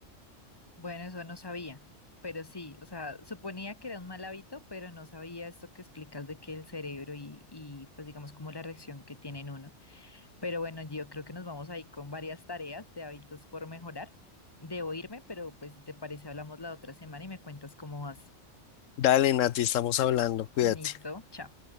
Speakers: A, on the left (about 20°); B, on the left (about 85°).
A: Bueno, eso no sabía, pero sí, o sea, suponía que era un mal hábito, pero no sabía esto que explicas de que el cerebro y, y pues digamos como la reacción que tiene en uno. Pero bueno, yo creo que nos vamos ahí con varias tareas de hábitos por mejorar. Debo irme, pero pues si te parece, hablamos la otra semana y me cuentas cómo vas.
B: Dale, Nati, estamos hablando, cuídate.
A: Listo, chao.